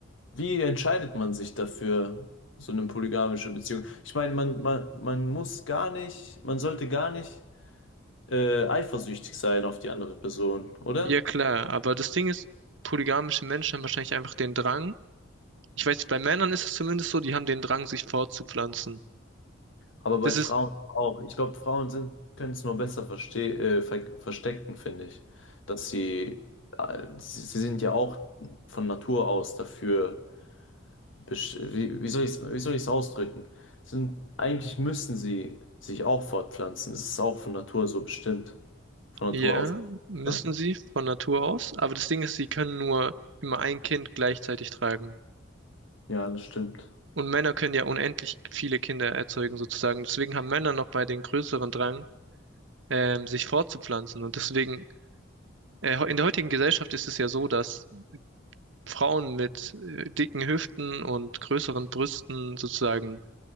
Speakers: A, on the left; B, on the right.
A: wie entscheidet man sich dafür, so eine polygamische Beziehung? Ich meine, man, man, man muss gar nicht, man sollte gar nicht äh, eifersüchtig sein auf die andere Person, oder?
B: Ja, klar. Aber das Ding ist, polygamische Menschen haben wahrscheinlich einfach den Drang. Ich weiß nicht, bei Männern ist es zumindest so, die haben den Drang, sich fortzupflanzen.
A: Aber bei
B: Das
A: Frauen
B: ist,
A: auch. Ich glaube, Frauen sind, können es nur besser verste äh, ver verstecken, finde ich. Dass sie, äh, sie, sie sind ja auch von Natur aus dafür, besch- wie, wie soll ich es wie soll ich's ausdrücken? Sind, eigentlich müssen sie sich auch fortpflanzen. Es ist auch von Natur so bestimmt. Von
B: ja,
A: Natur aus.
B: müssen
A: oder?
B: sie von Natur aus. Aber das Ding ist, sie können nur immer ein Kind gleichzeitig tragen.
A: Ja, das stimmt.
B: Und Männer können ja unendlich viele Kinder erzeugen, sozusagen. Deswegen haben Männer noch mal den größeren Drang, ähm, sich fortzupflanzen. Und deswegen, äh, in der heutigen Gesellschaft ist es ja so, dass Frauen mit äh, dicken Hüften und größeren Brüsten sozusagen